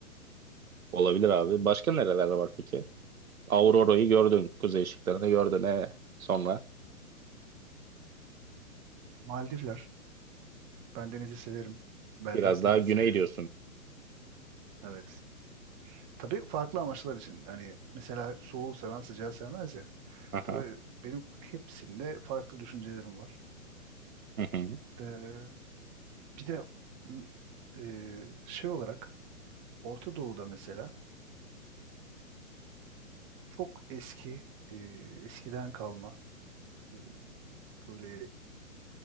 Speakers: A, on the right; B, on the right.
A: Olabilir abi. Başka nereler var peki? Aurora'yı gördün. Kuzey ışıklarını gördün. E, sonra
B: Maldivler. Ben denizi severim. Berrak
A: biraz daha
B: denizi
A: güney
B: severim.
A: diyorsun.
B: Evet. Tabii farklı amaçlar için. Hani mesela soğuğu seven sıcağı sevmez ya.
A: Aha.
B: Tabii benim hepsinde farklı düşüncelerim var.
A: Hı hı.
B: Ee, bir de m, e, şey olarak Orta Doğu'da mesela çok eski e, eskiden kalma e, böyle